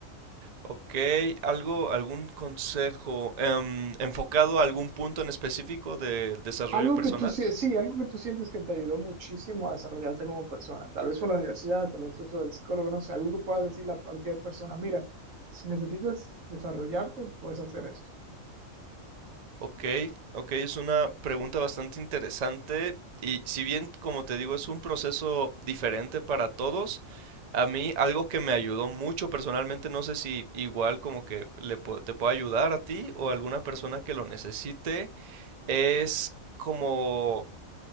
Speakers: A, on the right (about 50°); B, on the right (about 70°).
A: Ok, algo, algún consejo em, enfocado a algún punto en específico del desarrollo
B: Algo
A: personal?
B: que tú, sie- sí, algo que tú sientes que te ayudó muchísimo a desarrollarte como persona. Tal vez fue la universidad, tal vez eso del psicólogo, no sé, algo que puedas decirle a cualquier persona, mira, si necesitas desarrollarte, puedes hacer esto.
A: Ok, ok, es una pregunta bastante interesante y si bien, como te digo, es un proceso diferente para todos, a mí algo que me ayudó mucho personalmente, no sé si igual como que le, pu- te puedo ayudar a ti o a alguna persona que lo necesite, es como